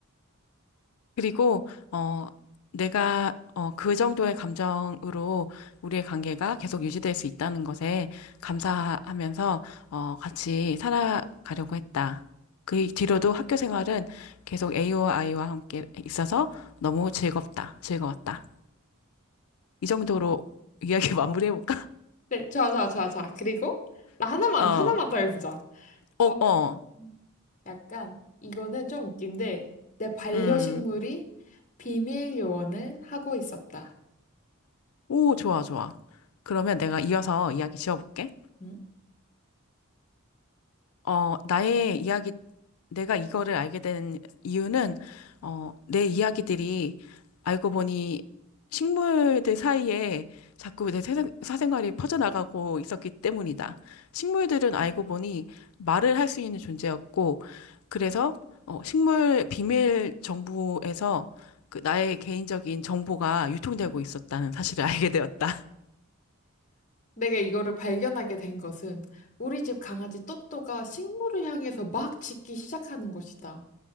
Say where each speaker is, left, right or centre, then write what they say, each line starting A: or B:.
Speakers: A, on the left; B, on the left.
A: 그리고 어 내가 어 그 정도의 감정으로 우리의 관계가 계속 유지될 수 있다는 것에 감사하면서 어 같이 살아가려고 했다. 그 뒤로도 학교 생활은 계속 A와 I와 함께 있어서 너무 즐겁다. 즐거웠다. 이 정도로 이야기 <laughs> 마무리해볼까?
B: 네, 좋아, 좋아, 좋아, 좋아. 그리고 나 하나만,
A: 어.
B: 하나만 더 해보자.
A: 어,
B: 어,
A: 어.
B: 음. 약간, 이거는 좀 웃긴데, 내 반려식물이
A: 음.
B: 비밀 요원을 하고 있었다.
A: 오, 좋아, 좋아. 그러면 내가 이어서 이야기 지어볼게.
B: 음?
A: 어, 나의 이야기, 내가 이거를 알게 된 이유는, 어, 내 이야기들이 알고 보니 식물들 사이에 자꾸 내 사생, 사생활이 퍼져나가고 있었기 때문이다. 식물들은 알고 보니 말을 할 수 있는 존재였고, 그래서, 어, 식물 비밀 정보에서 그 나의 개인적인 정보가 유통되고 있었다는 사실을 <laughs> 알게 되었다.
B: 내가 이거를 발견하게 된 것은 우리 집 강아지 또또가 식물을 향해서 막 짖기 시작하는 것이다.